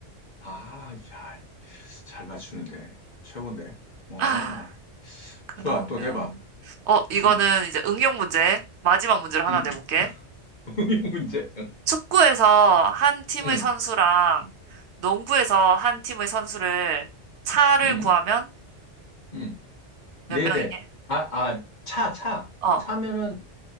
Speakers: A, on the left (about 45°); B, on the right (about 70°).
A: 아, 야, 잘 맞추는데. 최고인데. 어,
B: 아, 그러면,
A: 좋아. 또 내봐.
B: 어, 이거는
A: 응,
B: 이제 응용 문제. 마지막 문제를 하나
A: 응.
B: 내볼게.
A: <laughs> 문제.
B: 축구에서 한 팀의
A: 응,
B: 선수랑 농구에서 한 팀의 선수를 차를
A: 응,
B: 구하면
A: 응. 네
B: 몇 명이게?
A: 대. 아, 아, 차, 차.
B: 어.
A: 차면은,